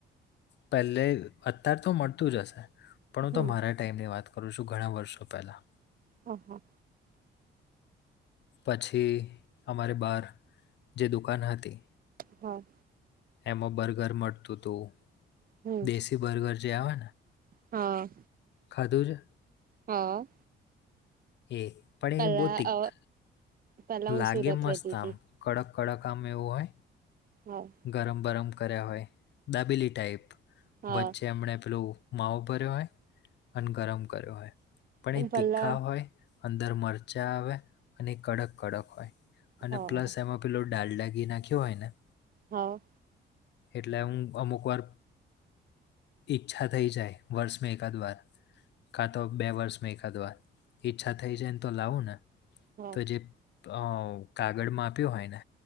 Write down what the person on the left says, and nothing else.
પહેલે અત્યાર તો મળતુંજ હશે. પણ હું
તો મારા ટાઈમની વાત કરું છું ઘણા વર્ષો પહેલા.
પછી અમારી બાર જે દુકાન હતી
એમાં બર્ગર મળતું હતું
દેશી બર્ગર જે આવે ને
ખાધું છે.
એે પણ
એ બો તીખ
લાગે
મસ્ત
આમ કડક કડક આમ એવું હોય.
ગરમ બરમ કર્યા હોય દાબીલી ટાઈપ
વચ્ચે હમણે પેલું માવ ભર્યો હોય અને ગરમ કર્યો હોય પણ
એ
તીખા હોય. અંદર મરચાં આવે અને કડક કડક હોય. અને
પ્લસ એમાં પેલો ડાલડા ઘી નાખ્યો હોય ને
એટલે હું અમુક વાર ઈચ્છા થઈ જાય વર્ષ મે એકાદ વાર. કા તો બે વર્ષમાં એકાદ વાર ઈચ્છા થઈ જ ને તો લાવું ને.
તો જે અ કાગળ આપ્યું હોય ને